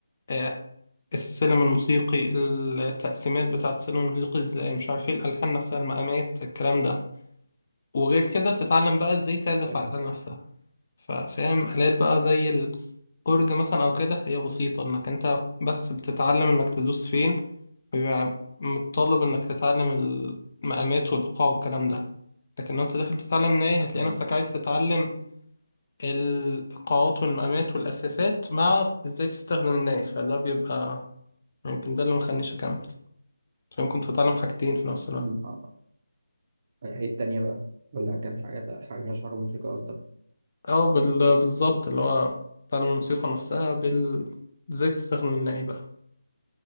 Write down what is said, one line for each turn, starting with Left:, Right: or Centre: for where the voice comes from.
Left: آه، السلم الموسيقي التقسيمات بتاعه السلم الموسيقي ازاي مش عارف ايه الالحان نفسها المقامات الكلام ده وغير كده تتعلم بقى ازاي تعزف
Right: فاهم
Left: على الآلة نفسها ف- فاهم آلات بقى زي الأورج مثلا أو كده هي بسيطة إنك أنت بس بتتعلم إنك تدوس فين فبيبقى متطلب إنك تتعلم المقامات والإيقاع والكلام ده لكن لو انت داخل تتعلم ناي هتلاقي
Right: مم.
Left: نفسك عايز تتعلم القاعات والمقامات والأساسات مع إزاي تستخدم النايف فده بيبقى يمكن ده اللي مخلينيش أكمل فاهم كنت بتعلم حاجتين في نفس الوقت
Right: مم. اه ايه التانية بقى ولا كان حاجات حاجة مالهاش علاقة بالموسيقى قصدك
Left: أو بال... بالظبط اللي هو بتعلم الموسيقى نفسها بال إزاي تستخدم النايف بقى